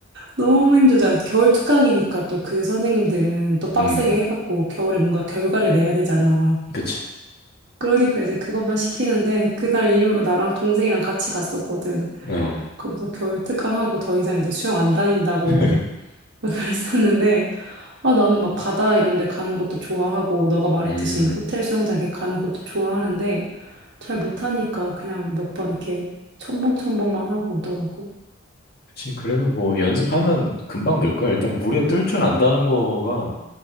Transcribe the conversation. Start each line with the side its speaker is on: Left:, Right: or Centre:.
Right: 너무 힘들잖아. 겨울 특강이니까 또 그 선생님들은 또 빡세게
Left: 음,
Right: 해갖고 겨울에 뭔가 결과를 내야 되잖아.
Left: 그치.
Right: 그러니까 이제 그것만 시키는데 그날 이후로 나랑 동생이랑 같이 갔었거든.
Left: 어.
Right: 그러면서 겨울 특강하고 더 이상 이제 수영 안 다닌다고
Left: <laughs>
Right: <laughs> 그랬었는데 아, 나는 막 바다 이런 데 가는 것도 좋아하고, 너가 말했듯이
Left: 음,
Right: 호텔 수영장 이렇게 가는 것도 좋아하는데, 잘 못하니까 그냥 몇 번 이렇게 첨벙첨벙만 하고 오더라고.
Left: 그치. 그래도 뭐 연습하면 금방 늘 거야. 일단 물에 뜰 줄 안다는 거가